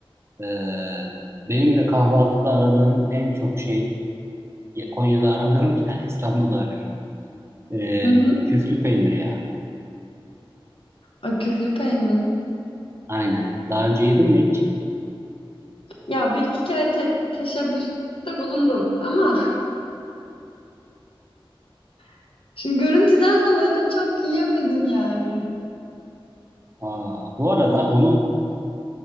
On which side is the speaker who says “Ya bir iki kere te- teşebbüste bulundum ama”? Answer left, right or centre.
Left